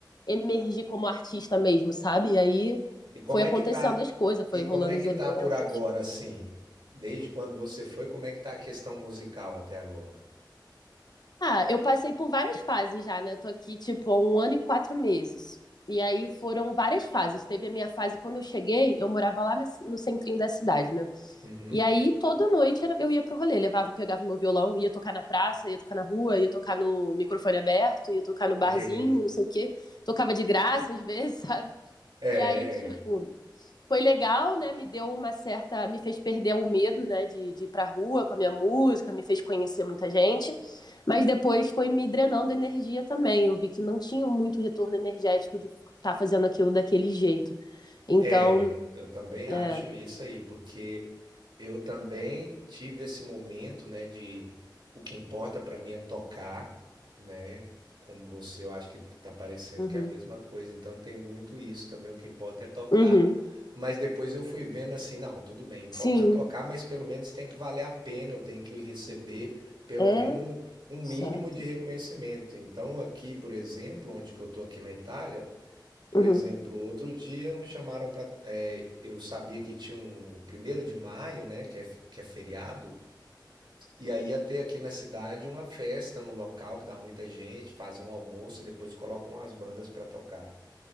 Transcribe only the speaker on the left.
emergir como artista mesmo, sabe? E aí
foi acontecendo
as coisas, foi
rolando
os
eventos.
Ah, eu passei por várias fases já, né? Eu tô aqui, tipo, há um ano e quatro meses. E aí foram várias fases. Teve a minha fase quando eu cheguei, eu morava lá nas- no centrinho da cidade, né?
E aí toda noite era- eu ia pro rolê, levava, pegava meu violão, ia tocar na praça, ia tocar na rua, ia tocar no microfone aberto, ia tocar no barzinho,
não sei o quê. Tocava de graça às vezes, <laughs> sabe?
E aí, tipo,
foi legal, né? Me deu uma certa. Me fez perder o medo, né? De, de ir pra rua com a minha música, me fez conhecer muita gente. Mas depois foi me drenando energia também. Eu vi que não tinha muito retorno energético de estar tá fazendo aquilo daquele jeito. Então,
é.
Uhum,
uhum,
sim,
é
certo.
Uhum,